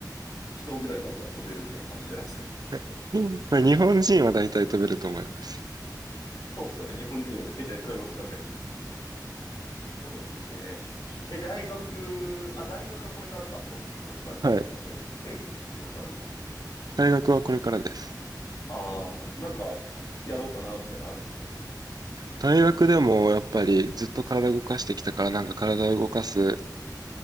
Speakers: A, on the left; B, on the right.
A: 人ぐらいだったら飛べるみたいな感じじゃないですか。
B: <laughs> まあ、日本人は大体飛べると思います。
A: そうっすよね。日本人は大体飛べますよね。すごいですね。え、大学、あ、大学はこれからか。そっか。これからですかね。
B: はい。
A: 大学。え、これからです。
B: 大学はこれからです。
A: ああ、なんか、やろうかな、みたいなのあるんですか
B: 大学でもやっぱりずっと体動かしてきたからなんか体を動かす